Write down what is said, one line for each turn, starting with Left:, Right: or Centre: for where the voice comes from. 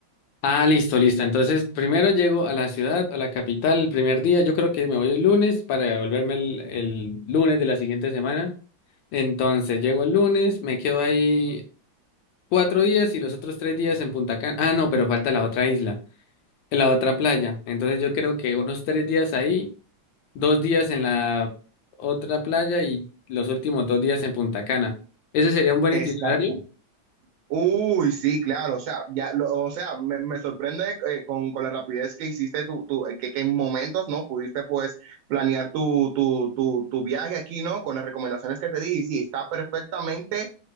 Left: Ah, listo, listo. Entonces, primero llego a la ciudad, a la capital, el primer día. Yo creo que me voy el lunes para devolverme el, el lunes de la siguiente semana. Entonces, llego el lunes, me quedo ahí cuatro días y los otros tres días en Punta Cana. Ah, no, pero falta la otra isla, la otra playa. Entonces, yo creo que unos tres días ahí, dos días en la otra playa y los últimos dos días en Punta Cana. ¿Ese sería un buen
Right: Exacto.
Left: itinerario?
Right: Uy, sí, claro, o sea, ya, lo- o sea, me, me sorprende eh, con, con la rapidez que hiciste tu, tu- eh, que, que en momentos, ¿no? Pudiste, pues, planear tu, tu, tu, tu viaje aquí, ¿no? Con las recomendaciones que te di, y sí, está perfectamente,